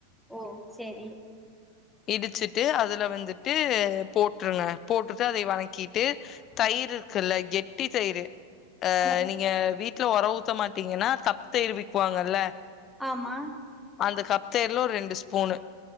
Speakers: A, in the centre; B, on the left.
A: ஓ செரி
B: இடிச்சுட்டு அதுல வந்துட்டு போட்டுருங்க போட்டுட்டு அதை வணக்கிட்டு தயிர் இருக்குல்ல கெட்டி தயிர் அ
A: அந்த
B: நீங்க வீட்டுல ஒர ஊத்த மாட்டீங்கன்னா தப் தையிர் விக்குவாங்கல்ல
A: ஆமா
B: அந்த கப்த் தைர்ல ஒரு ரெண்டு ஸ்பூனு